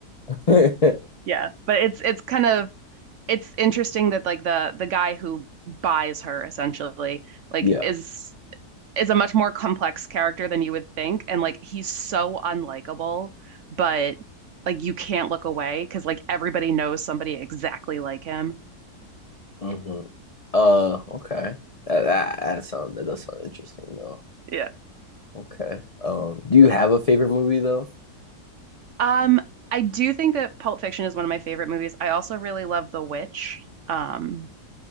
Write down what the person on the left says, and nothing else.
Okay.
<laughs> Yeah.
hmm Uh, okay. That, that that sounds that does sound interesting though.
Okay. Um, do you have a favorite movie though?